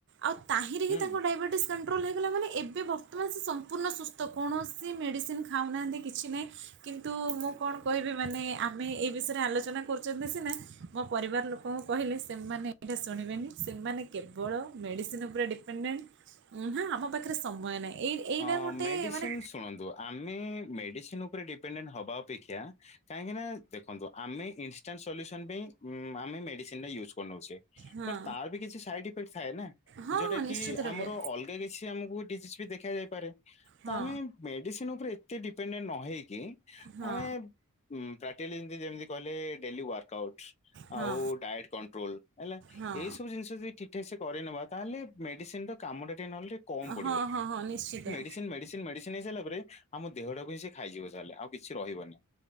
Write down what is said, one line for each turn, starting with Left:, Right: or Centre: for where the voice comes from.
Right: ଆଉ ତାହିଁରେ ହିଁ
Left: ହୁଁ
Right: ତାଙ୍କ ଡାଇବେଟିସ୍ କନ୍ ଟ୍ରୋଲ୍ ହେଇଗଲା ମାନେ ଏବେ ବର୍ତ୍ତମାନ ସେ ସମ୍ପୂର୍ଣ୍ଣ ସୁସ୍ଥ କୌଣସି ମେଡ଼ିସିନ୍ ଖାଉନାହାନ୍ତି କିଛି ନାହିଁ। କିନ୍ତୁ ମୁଁ କଣ କହିବି ମାନେ ଆମେ ଏଇ ବିଷୟରେ ଆଲୋଚନା କରୁଚନ୍ତି ସିନା ମୋ ପରିବାର ଲୋକ କଣ କହିଲେ ସେମାନେ ଏଇଟା ଶୁଣିବେନି ସେମାନେ କେବଳ ମେଡ଼ିସିନ ଉପରେ ଡିପେଣ୍ଡେଣ୍ଟ। ଉଁ ହାଁ ଆମ ପାଖରେ ସମୟ ନାହିଁ ଏଇ ଏଇଟା
Left: ହଁ
Right: ଗୋଟେ
Left: ମେଡ଼ିସିନ୍
Right: ମାନେ
Left: ଶୁଣନ୍ତୁ ଆମେ ମେଡ଼ିସିନ୍ ଉପରେ ଡିପେଣ୍ଡେଣ୍ଟ୍ ହବା ଅପେକ୍ଷା କାହିଁକିନା ଦେଖନ୍ତୁ ଆମେ ଇନଷ୍ଟାଣ୍ଟ୍ ସଲ୍ୟୁସନ୍ ପାଇଁ ଉମ୍ ଆମେ ମେଡିସିନଟା ୟୁଜ୍ କରିନୋଉଚେ।
Right: ହଁ
Left: ବଟ୍ ତାର ବି କିଛି ସାଇଡ ଇଫେକ୍ଟ ଥାଏ ନା
Right: ହଁ
Left: ଯୋଉଟା
Right: ହଁ
Left: କି
Right: ନିଶ୍ଚିତ ରୂପେ
Left: ଆମର ଅଲଗା କିଛି ଆମକୁ ଡିଜିଜ୍ ବି ଦେ ଖାଯାଇପାରେ
Right: ହଁ
Left: ତ ଆମେ ମେଡିସିନ୍ ଉପରେ ଏତେ ଡିପେଣ୍ଡେଣ୍ଟ୍ ନ ହେଇକି
Right: ହଁ
Left: ଆମେ ଉଁ ପ୍ରାକ୍ଟିକାଲି ଯେମତି ଯେମିତି କହେଲେ ଡେଲି ୱାର୍କଆଉଟ୍।
Right: ହଁ
Left: ଆଉ ଡାଏଟ୍ କଣ୍ଟ୍ରୋଲ୍ ହେଲା
Right: ହଁ
Left: ଏଇ ସବୁ ଜିନଷ ଯଦି ଠିକ ଠିକସେ କରିନବା ତାହେଲେ ମେଡିସିନ ତ କାମଟା ଟିକେ ନହେଲେ ଟିକେ କମ ପଡିବ।
Right: ହଁ ହଁ ହଁ ନିଶ୍ଚିତ
Left: ମେଡିସିନ୍ ମେଡିସିନ୍ ମେଡିସିନ୍ ହେଇସାରଲା ପରେ ଆମ ଦେହଟାକୁ ହିଁ ସେ ଖାଇଯିବ ସାଲେ ଆଉ କିଛି ରହିବନି।